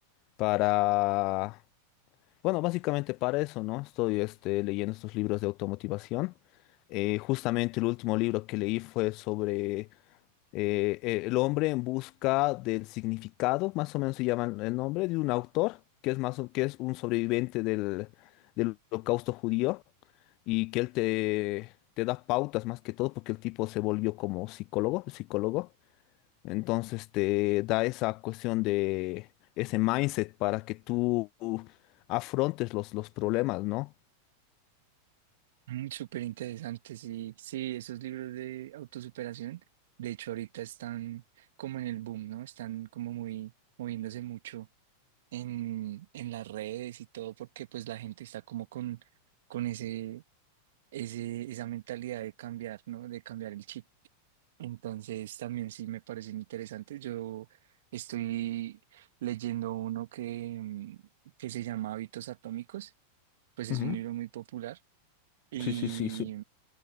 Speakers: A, on the left; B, on the right.
A: para... Bueno, básicamente para eso, ¿no? Estoy este, leyendo estos libros de automotivación. Eh, justamente el último libro que leí fue sobre eh, eh, el hombre en busca del significado, más o menos se llama el nombre, de un autor que es, más, o- que es un sobreviviente del, del holocausto judío y que él te, te da pautas más que todo porque el tipo se volvió como psicólogo, psicólogo. Entonces te da esa cuestión de ese mindset para que tú afrontes los, los problemas, ¿no?
B: Mm, súper interesante, sí, sí, esos libros de autosuperación, de hecho ahorita están como en el boom, ¿no? Están como muy moviéndose mucho en, en las redes y todo, porque pues la gente está como con, con ese, ese, esa mentalidad de cambiar, ¿no? De cambiar el chip. Entonces también sí me parecen interesantes. Yo estoy leyendo uno que, mm, que se llama Hábitos Atómicos pues es
A: Ujú.
B: un libro muy popular y,
A: Sí, sí, sí, sí.